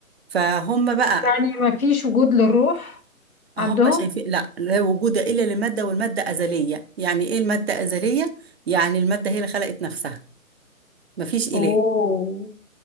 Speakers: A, on the right; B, on the left.
A: فهم بقى
B: يعني ما فيش وجود للروح
A: هم
B: عندهم
A: شايفين لا لا وجود الا لماده والماده ازليه يعني ايه الماده ازليه يعني الماده هي اللي خلقت نفسها مفيش اله
B: اوه